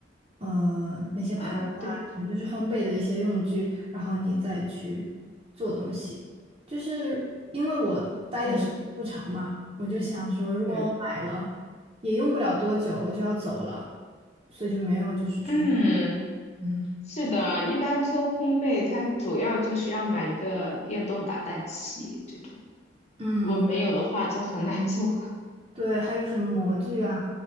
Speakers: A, on the right; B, on the left.
A: 呃，那些盘子啊，
B: 啊，对，
A: 什么就是烘焙的一些用具，然后你再去做东西。就是因为我待的时间不长嘛，
B: 嗯
A: 我就想说，如果我买了，
B: 嗯
A: 也用不了多久，我就要走了，所以就没有就是去，
B: 嗯，
A: 嗯
B: 是的，一般做烘焙，它主要就是要买一个电动打蛋器这种，
A: 嗯，
B: 如果没有的话就很难做了。
A: 对，还有什么模具啊